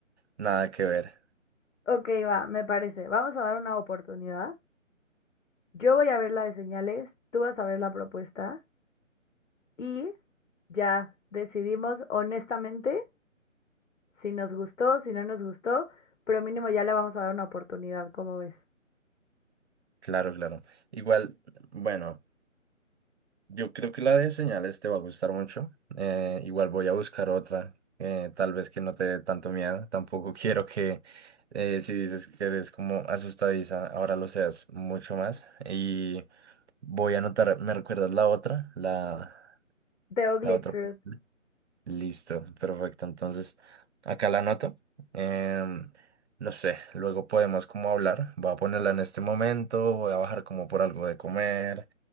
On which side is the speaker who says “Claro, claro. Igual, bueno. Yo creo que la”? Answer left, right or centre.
Right